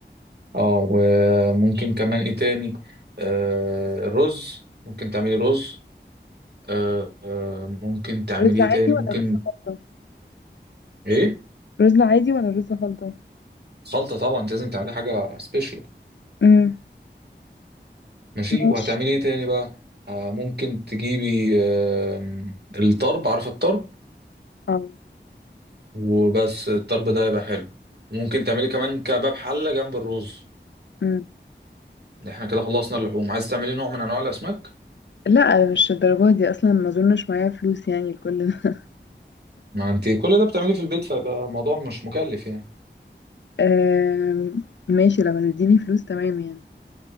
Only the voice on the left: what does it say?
رز
عادي
ولا
رز خلطة
رز عادي ولا رز خلطة
امم
ماشي
اه
امم
لا مش الدرجة دي اصلا ما اظنش معايا فلوس يعني لكل ده
آم، ماشي لما تديني فلوس تمام يعني